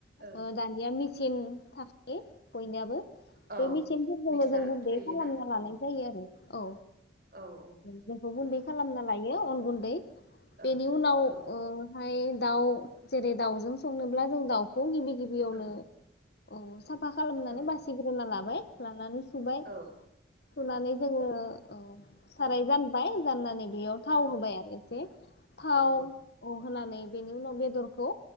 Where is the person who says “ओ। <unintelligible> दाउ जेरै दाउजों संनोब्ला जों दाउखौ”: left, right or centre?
Left